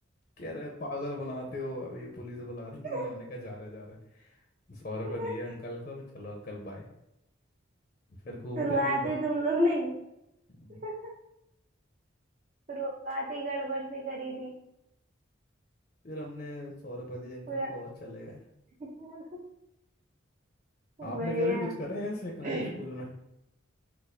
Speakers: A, on the left; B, on the right.
A: कह रहे पागल बनाते हो अभी पुलिस बुला दूंगी
B: <laughs>
A: हमने कहा जा रहे जा रहे सौ रुपये
B: <laughs>
A: दिए अंकल को चलो अंकल बाय फिर घूम
B: शुरुआत
A: फिर के
B: ही
A: ब-
B: तुम लोग ने
A: हम्म,
B: <laughs> शुरुआत ही गड़बड़ से करी थी
A: फिर हमने सौ रुपये दिए अंकल
B: पूरा
A: को और चले गए
B: <laughs>
A: आपने
B: बढ़िया
A: कभी कुछ
B: <clears throat>
A: करे हैं ऐसे कांड स्कूल में